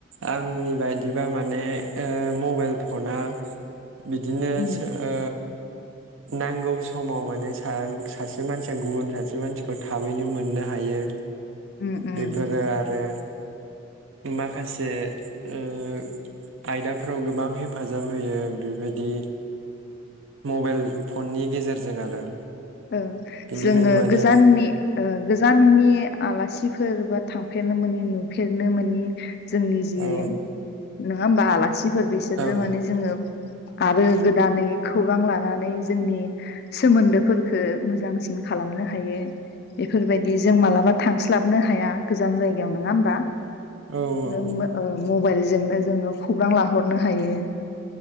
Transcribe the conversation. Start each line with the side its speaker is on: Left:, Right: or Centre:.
Right: आंनि बायदिबा माने ओ मबाइल फना बिदिनो
Left: उम
Right: सो ओ नांगौ समाव माने सा-सासे मानसिया गुबुन सासे मानसिखौ थाबैनो मोननो हायो।
Left: उम उम
Right: बेफोरो आरो माखासे ओ आयदाफ्राव गोबां हेफाजाब होयो बेबायदि। मबाइल फननि गेजेर जों आरो
Left: ओ
Right: बेनिखायनो
Left: जोङो
Right: माने
Left: गोजाननि ओ गोजाननि आलासिफोर बा थांफेरनो मोनि नुफेरनो मोनि जोंनि जि
Right: औ
Left: नोङा ओमबा आला सिफोर बिसोरजो
Right: ओं
Left: माने जोङो आरो गोदानै खौरां लानानै जोंनि सोमोन्दो फोरखो मोजांसिन खालामनो हायो। बेफोरबायदि जों मालाबा थांस स्लाबनो हाया गोजान जायगायाव नङा होमबा।
Right: औ ओं
Left: ओम ओ मबाइल जोंनो जोङो खौरां लाहरनो हायो‌